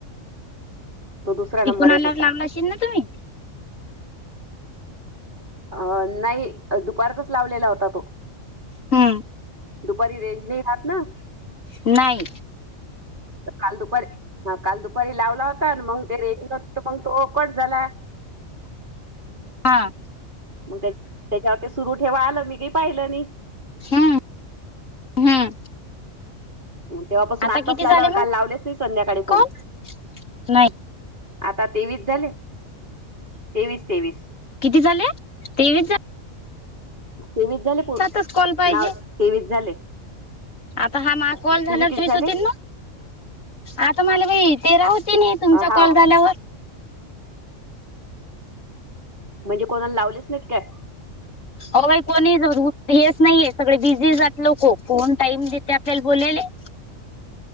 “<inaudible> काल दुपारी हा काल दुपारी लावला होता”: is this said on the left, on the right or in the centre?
Right